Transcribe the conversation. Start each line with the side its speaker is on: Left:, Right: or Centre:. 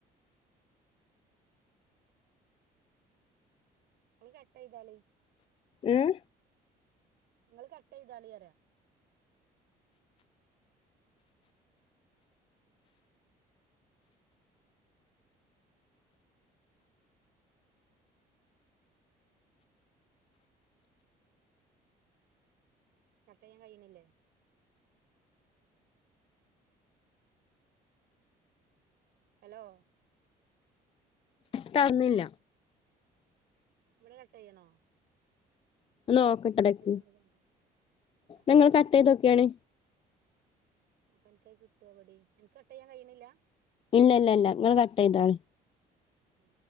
Right: നിങ്ങൾ കട്ട ചെയ്തൊളി
Left: ഉം
Right: നിങ്ങള്ൾ കട്ടയ്തതോളി പറിയ. കട്ട ചെയ്യാൻ കഴണില്ലേ. ഹലോ
Left: കട് അവുന്നില്ല..
Right: ഇബടെ കട്ട് ചെയ്യാണോ
Left: നോക്കട്ടടക്കി
Right: ചെയ്തോണ്ട് കാര്യം ആഹ്
Left: നിങ്ങള്ൾ കട്ട ചെയ്ത്ക്കിയണേ.
Right: അപ്പൊ നിക്കായി കിട്ടുവടി എനിക്ക് കട്ടിയാൻ കഴിയണില്ല.
Left: ഇല്ല ഇല്ല ഇല്ല നിങ്ങൾ കട്ട് ചെയ്താളെ.
Right: ഉം